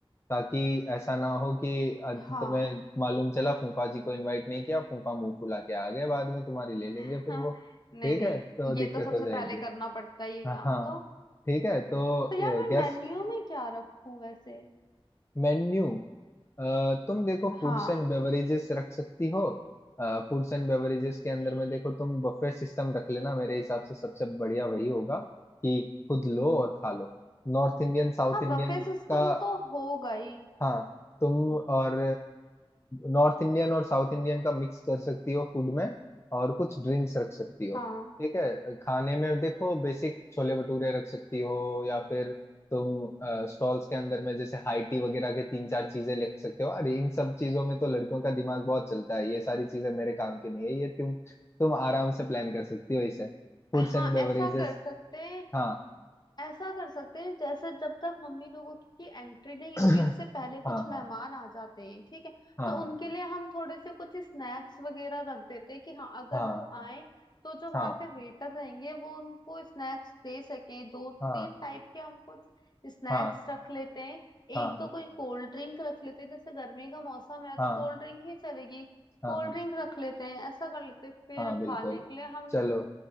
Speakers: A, on the left; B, on the left.
A: ताकि ऐसा ना हो कि अ,
B: हाँ
A: तुम्हें मालूम चला फूफा जी को इनवाइट नहीं किया फूफा मुंह फुला के आ गए बाद में तुम्हारी ले लेंगे
B: हाँ,
A: फिर वो
B: नहीं
A: ठीक
B: नहीं
A: है तो दिक्कत
B: ये तो सबसे
A: हो जाएगी
B: पहले करना पड़ता है ये
A: हाँ
B: काम तो
A: ठीक है तो
B: तो यार
A: गेस्ट
B: मैं मेन्यू में क्या रखूं वैसे
A: मेन्यू अ, तुम देखो
B: हाँ
A: फूड्स एंड बेवरेजेस रख सकती हो फूड्स एंड बेवरेजेस के अंदर में देखो तुम बफे सिस्टम रख लेना मेरे हिसाब से सबसे बढ़िया वही होगा कि खुद लो और खा लो नॉर्थ इंडियन साउथ
B: हाँ
A: इंडियन
B: बफे सिस्टम
A: का
B: तो होगा ही
A: हाँ तुम
B: हम्म,
A: और नॉर्थ इंडियन और साउथ इंडियन का मिक्स कर सकती हो फूड में और कुछ ड्रिंक्स रख सकती हो
B: हाँ
A: ठीक है खाने में देखो बेसिक छोले भटूरे रख सकती हो या फिर तुम स्टॉल्स के अंदर में जैसे हाई टी वगैरह के तीन चार चीजें लिख सकते हो और इन सब चीजों में तो लड़कियों का दिमाग बहुत चलता है ये सारी चीजें मेरे काम की नहीं है ये तुम तुम आराम से प्लान कर सकती हो इसे फूड्स
B: हाँ
A: एंड बेवरेजेस
B: ऐसा कर सकते हैं
A: हाँ
B: ऐसा कर सकते हैं जैसे जब तक मम्मी लोगों की एंट्री नहीं
A: <clears throat>
B: हो रही उससे पहले कुछ
A: हाँ
B: मेहमान
A: हाँ
B: आ जाते हैं ठीक है
A: हाँ
B: तो उनके लिए हम थोड़े से कुछ स्नैक्स वगैरह रख देते हैं कि हाँ अगर
A: हाँ
B: वो आए तो जो वहाँ
A: हाँ
B: पे वेटर रहेंगे वो उनको स्नैक्स दे सकें दो
A: हाँ
B: तीन टाइप के हम कुछ स्नैक्स
A: हाँ
B: रख लेते हैं
A: हाँ
B: एक
A: हाँ
B: दो कोई कोल्ड ड्रिंक रख लेते हैं जैसे गर्मी का मौसम है तो
A: हाँ
B: कोल्ड ड्रिंक ही चलेगी
A: हाँ
B: कोल्ड
A: हाँ
B: ड्रिंक रख लेते हैं ऐसा कर लेते हैं फिर
A: हाँ बिल्कुल
B: खाने के लिए हम
A: चलो